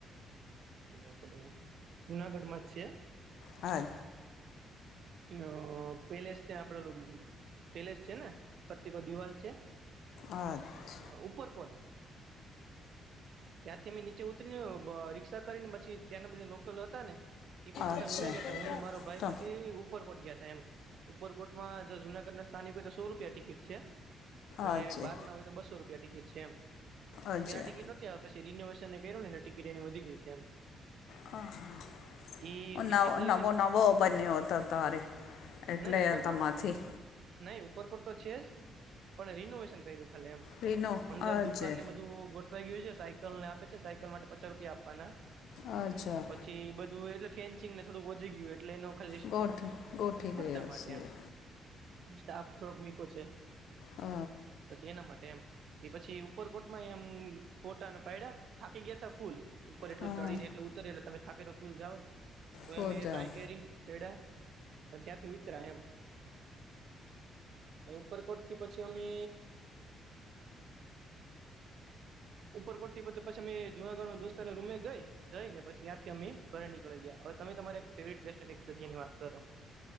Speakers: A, on the right; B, on the left.
A: એ આપડે જુનાગઢ માં જ છે.
B: હા.
A: પેલું પેલેસ તે આપડે ઓલું પેલેસ છે ને પ્રતિક દિવાલ છે.
B: આઠ
A: અ ઉપરકોટ ત્યાંથી અમે નીચે ઉતરીને રિક્ષા કરીને પછી ત્યાંના બધ લોકલ હતા ને એ પોત પોતાના
B: અચ્છા
A: નુંમે ગયા હું ને મારો ભાઈ
B: તો
A: પછી ઉપર પોટ ગયા એમ ઉપરકોટમાં જુનાગઢ ના સ્થાનિક હોય તો સો રૂપિયા ટિકિટ છે અને
B: અજય
A: બાર ના હોય બસો રૂપિયા ટિકિટ છે એમ
B: અજય
A: પેલા ટિકિટ નથી આપતી પછી રિનોવેશનને કર્યું ને એટલે ટિકિટ એની વધી ગઈ છે એમ
B: હા.
A: ઈ ટિકિટ
B: નવ
A: લઈને
B: નવો નવો બન્યો હતો તારે એટલે
A: નહી ઉપરકોટ
B: તમાંથી
A: નહી ઉપરકોટ તો છે જ પણ રિનોવેશન કર્યું ખાલી એમ
B: રીનો
A: અંદર
B: અજય
A: દુકાન ને બધું ગોઠવાઈ ગયું છે સાય કલ ને આપે છે સાયકલ માટે પચાસ રૂપિયા આપવાના.
B: અચ્છા.
A: પછી બધું એટલે ફેન્સિંગ ને થોડુંક વધી ગયું એટલે એનો ખલી
B: ગોઠ ગોઠી
A: ખર્ચા
B: ગયા
A: માટે
B: છીએ
A: એમ સ્ટાફ થોડોક મીકો છે.
B: અ
A: પછી એના માટે એમ પછી ઉપરકોટમાં એમ ફોટાને પાયડા થાકી ગયા તા ફૂલ ઉપર એટલું
B: હા
A: ચડી ને એટલ ઉતરે એટલે તમે થાકી તો ફૂલ જાઓ, તો
B: સોજાઓ
A: એમ એ ટ્રાય કરી ચયડા ત્યાંથી ઉયાતરા એમ. ઉપરકોટ થી પછી અમે, ઉપરકોટ થી પછી પછી અમે જુનાગઢમાં દોસ્તને રૂમે ગઈ જઈ ને પછી ત્યાંથી અમે, ઘ નીકળી ગયા હવે તમે તમારે એક ફેવરિટ પ્લેસ કે એક જગ્યા ની વાત કરો.